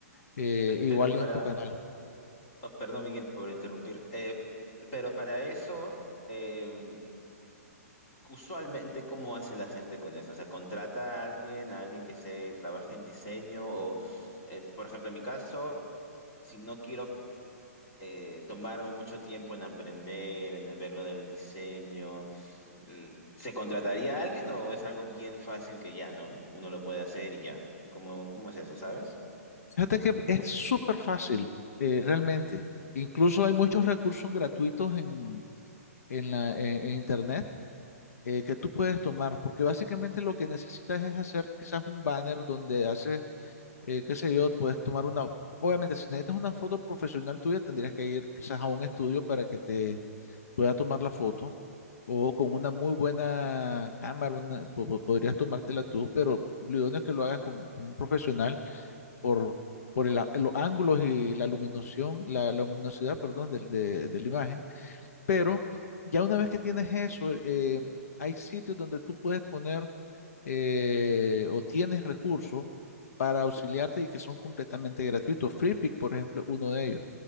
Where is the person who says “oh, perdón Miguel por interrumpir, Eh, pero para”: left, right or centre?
Left